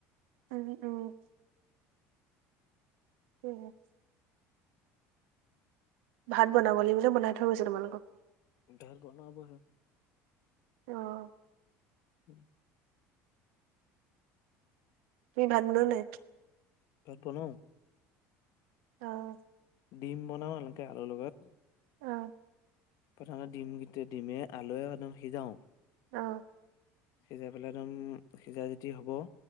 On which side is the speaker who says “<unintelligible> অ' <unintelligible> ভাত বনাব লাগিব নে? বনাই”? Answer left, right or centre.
Right